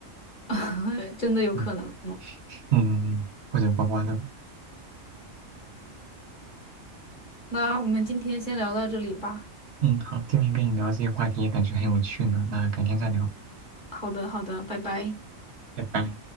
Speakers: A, on the left (about 40°); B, on the right (about 60°).
A: <laughs> 真的有可能哦
B: 嗯嗯，或者刮刮乐。
A: 那我们今天先聊到这里吧。
B: 嗯，好，今天跟你聊这些话题也感觉很有趣呢，那改天再聊，
A: 好的，好的，拜拜。
B: 拜拜。